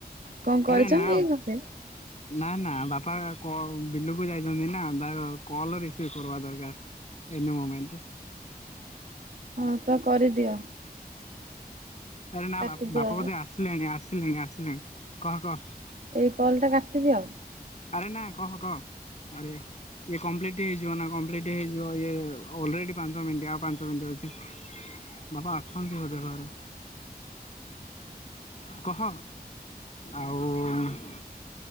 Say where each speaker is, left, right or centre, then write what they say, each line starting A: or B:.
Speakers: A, on the right; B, on the left.
A: କଣ କରିଛନ୍ତି
B: ଆରେ ନା
A: କି ଘରେ?
B: ନା ନା ବାପା କ ବିଲକୁ ଯାଇଚନ୍ତି ନା ତାଙ୍କ କଲ ରିସିଭି କରବା ଦରକାର। ଏନି ମୋମେଣ୍ଟରେ।
A: ହଁ ତ କରିଦିଅ।
B: ଆରେ ନା
A: କାଟିଦିଅ
B: ବା ବାପ ବୋଧେ ଆସିଲେଣି ଆସିଲେଣି ଆସିଲେଣି କହ କହ।
A: ଯେ କଲ୍ ଟା କାଟିଦିଅ।
B: ଆରେ ନା କହ କହ ଆରେ ଇଏ କମ୍ପ୍ଲିଟ ହେଇଯିବ ନା କମ୍ପ୍ଲିଟ ହେଇଯିବ ଇଏ ଅଲେରେଡି ପାଞ୍ଚ ମିନିଟ୍ ଆଉ ପାଞ୍ଚ ମିନିଟ ଅଛି। ବାପା ଅଛନ୍ତି ବୋଧେ ଘରେ କହ ଆଉ